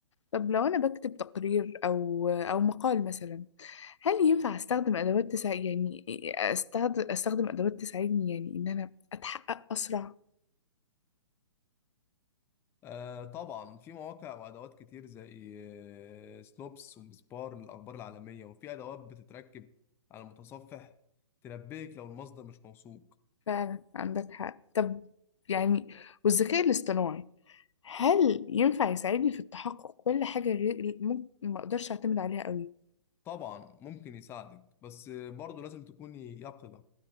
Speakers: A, on the left (about 80°); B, on the left (about 15°).
A: طب لو أنا بكتب تقرير أو أو مقال مثلا هل ينفع استخدم ادوات تساعد يعني استخدم استخدم ادوات تساعدني يعني ان انا اتحقق اسرع
B: آه طبعا في مواقع وأدوات كتير زي آه سنوبس ومسبار للأخبار العالمية وفي أدوات بتتركب على المتصفح تنبهك لو المصدر مش موثوق
A: فعلا عندك حق طب يعني والذكاء الاصطناعي هل ينفع يساعدني في التحقق ولا حاجة غير ممكن ما اقدرش اعتمد عليها قوي
B: طبعا ممكن يساعدك بس برضه لازم تكوني يقظة